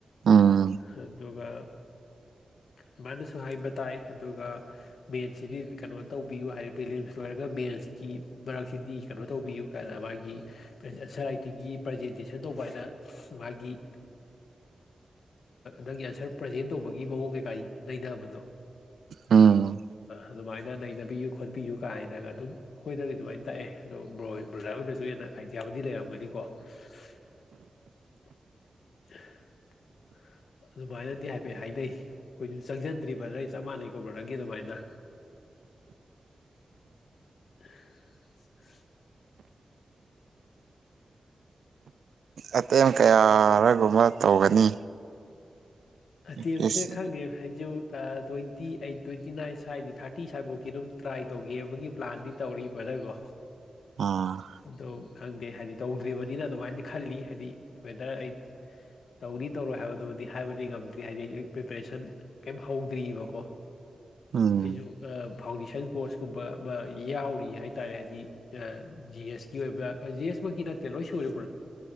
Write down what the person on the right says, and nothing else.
ꯎꯝ
ꯑꯝ
ꯑꯇꯦꯝ ꯀꯌꯥꯔꯒꯨꯝꯕ ꯇꯧꯒꯅꯤ
ꯄꯤ ꯑꯦꯁ ꯁꯤ
ꯑꯥ
ꯎꯝ